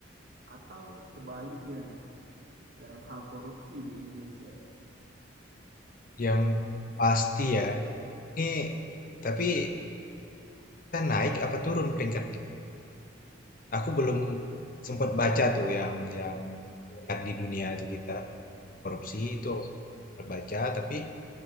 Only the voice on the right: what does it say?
atau sebaliknya nih dalam hal korupsi di Indonesia.